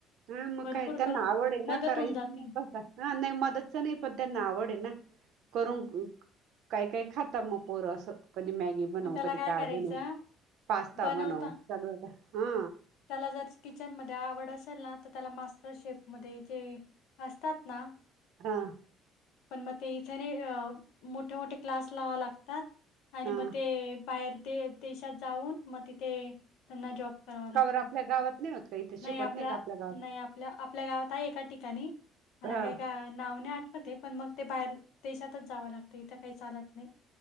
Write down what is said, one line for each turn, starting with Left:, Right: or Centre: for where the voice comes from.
Right: हा मग
Left: भरपूर
Right: काय त्यांना
Left: कर
Right: आवड हे ना
Left: मदत
Right: करायची.
Left: होऊन जाते
Right: हा नाही मदतच नाही पण त्यांना आवड हे ना करून. काय काय खाता म पोरं अस कधी मॅगी बनव
Left: मग त्याला
Right: कधी काय
Left: करायचं
Right: बनव पास
Left: बनवता
Right: चालु होता हा!
Left: त्याला जर किचन मध्ये आवड असेल ना, त त्याला मास्टर शेप मध्ये जे असतात ना.
Right: हा!
Left: पण म ते इथे नाही ग मोठे मोठे क्लास लावा लागतात. आणि
Right: हा
Left: म ते बाहेर दे-देशात जाऊन मग तिथे त्यांना जॉब करावा लागतो
Right: का बरं आपल्या गावात नाही होत. का इथे
Left: नाही
Right: शिकवत
Left: आपल्या
Right: का गावात
Left: नाही आपल्या-आपल्या गावात आहे एका ठिकाणी. मला
Right: हा
Left: काही गा नाव नाही आठवत हे पण मग ते बाहेर देशातच जावं लागतं इथं काही चालत नही.